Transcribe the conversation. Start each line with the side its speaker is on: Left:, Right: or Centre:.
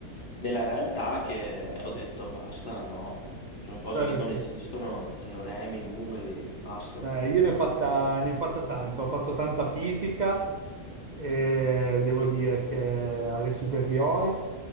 Left: nella realtà che ho detto basta, no, sono cose
Right: certo.
Left: che non esistono, teoremi, numeri, basta.
Right: Eh, io ne ho fatta, ne ho fatta tanto, ho fatto tanta fisica e devo dire che alle superiori.